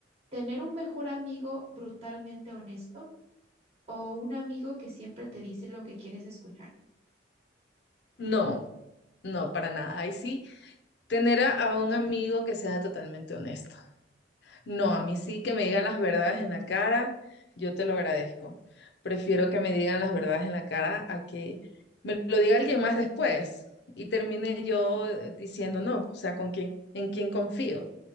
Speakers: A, on the right; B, on the left.
A: tener un mejor amigo brutalmente honesto o un amigo que siempre te dice lo que quieres escuchar.
B: No, no, para nada. Ahí sí, tener a, a un amigo que sea totalmente honesto. No, a mí sí que me digan las verdades en la cara, yo te lo agradezco. Prefiero que me digan las verdades en la cara a que me lo diga alguien más después y termine yo eh, diciendo no, o sea, con quién, en quién confío,